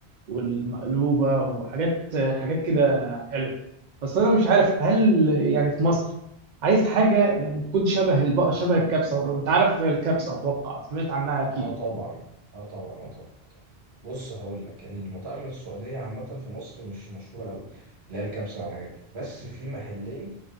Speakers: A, on the right; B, on the right.
A: والمقلوبة وحاجات حاجات كده حلوة بس أنا مش عارف هل يعني في مصر عايز حاجة يعني تكون شبه البقى شبه الكبسة أنت عارف الكبسة أتوقع سمعت عنها أكيد
B: اه طبعا اه طبعا اه طبعا آه طبعا بص هقول لك المطاعم السعوديه عامه في مصر مش مشهوره قوي اللي هي الكبسه والحاجات دي بس في محلين